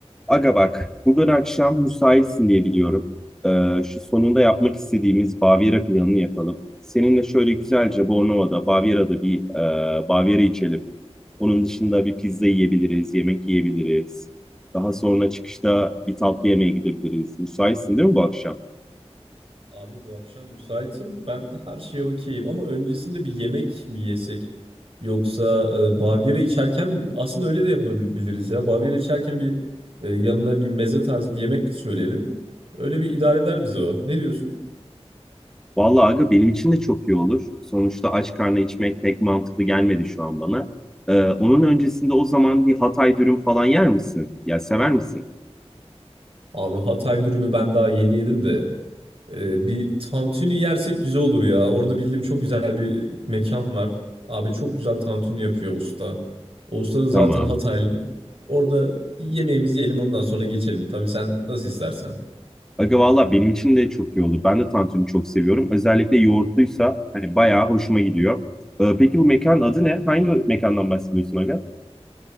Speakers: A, in the centre; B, on the right.
A: Aga bak, bugün akşam müsaitsin diye biliyorum. Ee, şu sonunda yapmak istediğimiz Bavyera planını yapalım. Seninle şöyle güzelce Bornova'da, Bavyera'da bir e, Bavyera içelim. Onun dışında bir pizza yiyebiliriz, yemek yiyebiliriz. Daha sonra çıkışta bir tatlı yemeğe gidebiliriz. Müsaitsin değil mi bu akşam?
B: Abi bu akşam müsaitim. Ben de her şeye okeyim ama öncesinde bir yemek mi yesek? Yoksa e, Bavyera içerken aslında öyle de yapabiliriz ya. Bavyera içerken bir e, yanına bir meze tarzı bir yemek söyleyelim. Öyle bir idare eder bize o. Ne diyorsun?
A: Vallahi aga benim için de çok iyi olur. Sonuçta aç karnına içmek pek mantıklı gelmedi şu an bana. Ee, onun öncesinde o zaman bir Hatay dürüm falan yer misin? Ya sever misin?
B: Abi Hatay dürümü ben daha yeni yedim de Ee, bir tantuni yersek güzel olur ya. Orada bildiğim çok güzel bir mekan var. Abi çok güzel tantuni yapıyor usta. O usta da zaten
A: Tamam.
B: Hataylı. Orada bir yemeğimizi yiyelim ondan sonra geçelim. Tabii sen nasıl istersen.
A: Aga valla benim için de çok iyi olur. Ben de tantuni çok seviyorum. Özellikle yoğurtluysa hani bayağı hoşuma gidiyor. Ee, peki bu mekanın adı ne? Hangi mekandan bahsediyorsun Aga?